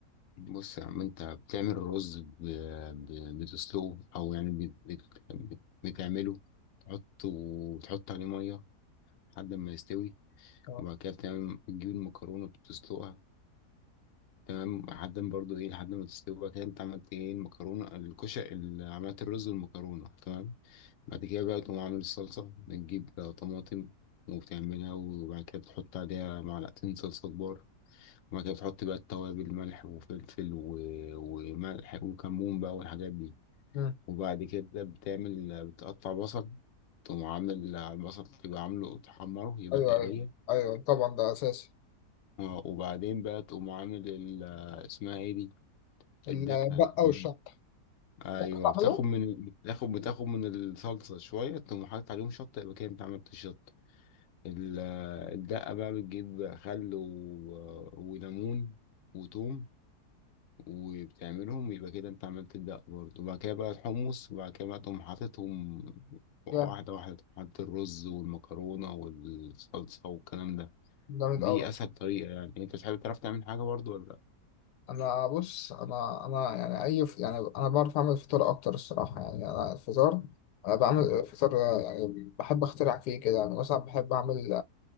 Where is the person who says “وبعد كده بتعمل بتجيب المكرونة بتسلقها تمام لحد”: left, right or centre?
Left